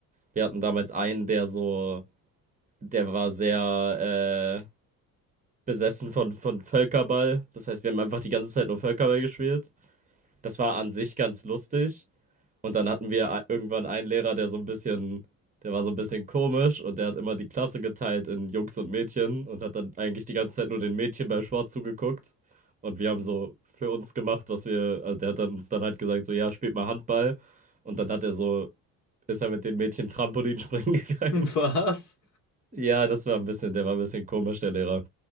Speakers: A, on the right; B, on the left.
A: Wir hatten damals einen, der so, der war sehr äh, besessen von, von Völkerball. Das heißt, wir haben einfach die ganze Zeit nur Völkerball gespielt. Das war an sich ganz lustig. Und dann hatten wir a- irgendwann einen Lehrer, der so ein bisschen, der war so ein bisschen komisch und der hat immer die Klasse geteilt in Jungs und Mädchen und hat dann eigentlich die ganze Zeit nur den Mädchen beim Sport zugeguckt. Und wir haben so für uns gemacht, was wir, also der hat dann uns dann halt gesagt, so ja, spielt mal Handball. Und dann hat er so, ist er mit den Mädchen Trampolin springen <laughs> gegangen.
B: <laughs> Hm, Was?
A: Ja, das war ein bisschen, der war ein bisschen komisch, der Lehrer.